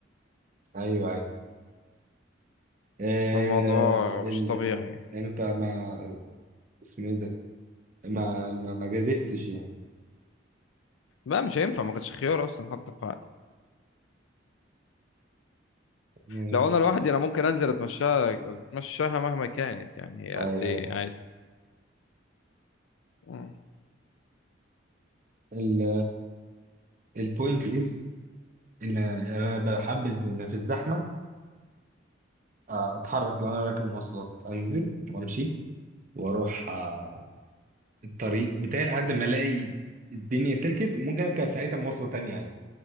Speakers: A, on the right; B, on the left.
A: ايوه ايوه آه
B: فالموضوع مش
A: ال...
B: طبيعي
A: انت ما اسمه ايه ده ما ما, ما جازفتش يعني
B: لا مش هينفع ما كانش خيار اصلا حتى ف...
A: مم.
B: لو انا لوحدي انا ممكن انزل اتمشاها اتمشاها مهما كانت يعني هي
A: ايوه
B: قد ايه عادي مم.
A: ال... البوينت از ان انا بحبذ ان في الزحمه آه، اتحرك لو انا راكب مواصلات انزل وامشي واروح آه، الطريق بتاعي لحد ما الاقي الدنيا سلكت ممكن اركب ساعتها مواصله تانية عادي